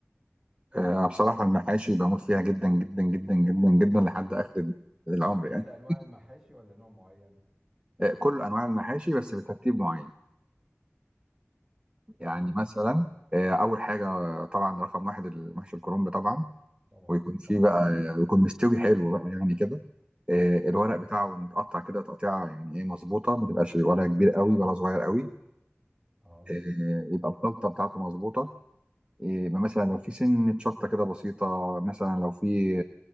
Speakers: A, on the right; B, in the centre.
A: آه، بصراحه المحاشي بموت فيها جدا جدا جدا جدا جدا لحد اخر العمر
B: كل
A: يعني
B: انواع المحاشي ولا نوع معين
A: آه، كل انواع المحاشي بس بترتيب معين
B: تمام
A: يعني مثلا آه، اول حاجه طبعا رقم واحد المحشي الكرنب طبعا
B: طبعا
A: ويكون فيه
B: طبعا
A: بقى
B: مفيش كلام
A: يكون مستوي حلو بقى يعني كده آه، الورق
B: اه
A: بتاعه متقطع كده تقطيعه يعني ايه مظبوطه ما تبقاش ولا كبير قوي ولا صغير قوي
B: اه
A: آه، يبقى الخلطه بتاعته مظبوطه آه، مثلا لو في سنه شطه كده بسيطه مثلا لو في